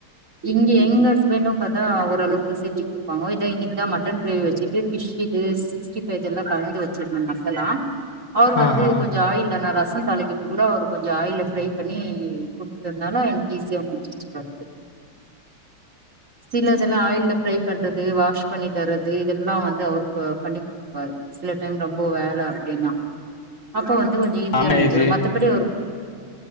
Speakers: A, on the right; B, on the left.
A: இங்க எங்க ஹபெண்ட்டு பாத்தா ஓரளவுக்கு செஞ்சி குடு பாங்க இத இன்னைக்குதா மட்டன் கிரேவி வச்சிட்டு ஃபிஷ் இது சிக்டி ஃபைவ் இதெல்லா கலந்து வச்சிரனு மசாலா அவர் வந்து
B: ஆஹா.
A: கொஞ்சோ ஆயில்ல நா ரசம் தாளிக்க இருந்தா அவர் கொஞ்சோ ஆயில்ல ஃப்ரை பண்ணி குட்தத்னால எனக் ஈஸியா முடிஞ்சிர்ச்சி ஒர்க்கு சிலதெல்லா ஆயில்ல ஃப்ரை பண்றது வாஷ் பண்ணி தர்ரது இதெல்லா வந்து அவரு போ பண்ணிக் குடுப் பாரு சில டைம் ரொம்ப வேல அப்டின்னா அப்ப வந்து கொஞ்சோ ஈஸியா
B: ஆமா
A: முடிஞ்சிரு
B: இது.
A: மத்தபடி அவரு